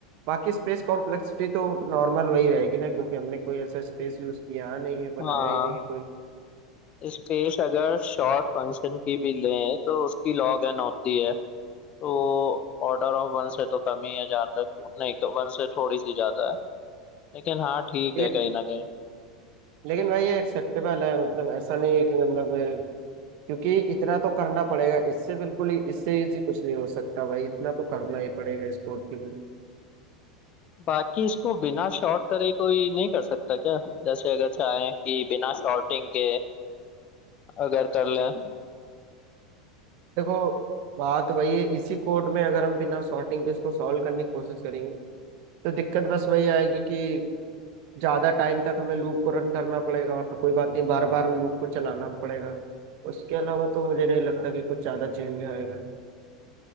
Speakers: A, on the right; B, on the left.
A: बाकी स्पेस कॉम्प्लेक्सिटी तो नॉर्मल वही रहेगी ना क्योंकि हमने कोई ऐसा स्पेस यूज किया नहीं है बनाया
B: हाँ
A: ही नहीं है कोई
B: स्पेस अगर शॉर्ट फंक्शन की भी लें तो उसकी लॉग एन होती है तो ऑर्डर ऑफ वन से तो कम ही है जहाँ तक नहीं वन से थोड़ी सी ज्यादा है लेकिन हाँ ठीक
A: लेकिन
B: है कहीं ना कहीं
A: लेकिन भाई ये एक्सेप्टेबल है मतलब ऐसा नहीं है कि मतलब क्योंकि इतना तो करना पड़ेगा इससे बिल्कुल ही इससे इजी कुछ नहीं हो सकता भाई इतना तो करना ही पड़ेगा इस कोड के लिए
B: बाकी इसको बिना शॉर्ट करे कोई नहीं कर सकता क्या जैसे अगर चाहें कि बिना शॉर्टिंग के अगर कर लें
A: देखो बात वही है इसी कोड में अगर हम बिना सॉर्टिंग के इसको सॉल्व करने की कोशिश करेंगे तो दिक्कत बस वही आएगी कि ज्यादा टाइम तक हमें लूप को रन करना पड़ेगा और कोई बात नहीं बार बार लूप को चलाना पड़ेगा उसके अलावा तो मुझे नहीं लगता कि कुछ ज्यादा चेंज आएगा